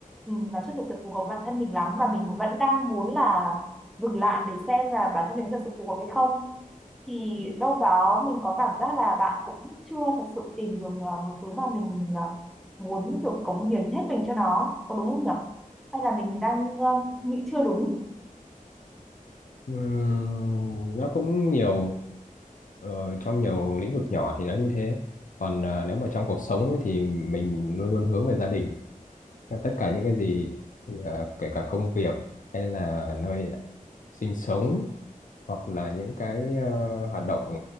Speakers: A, in the centre; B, on the left.
A: ừ, nó chưa thực sự phù hợp bản thân mình lắm và mình vẫn đang muốn là dừng lại để xem là bản thân mình thật sự phù hợp hay không thì đâu đó mình có cảm giác là bạn cũng chưa thật sự tìm được à, một thứ mà mình à, muốn kiểu cống hiến hết mình cho nó có đúng không nhỉ hay là mình đang ờ, nghĩ chưa đúng
B: Ừm, nó cũng nhiều ờ, trong nhiều lĩnh vực nhỏ thì nó như thế còn à, nếu mà trong cuộc sống ấy, thì mình luôn luôn hướng về gia đình Em tất cả những cái gì ờ, kể cả công việc hay là nơi sinh sống hoặc là những cái ờ, hoạt động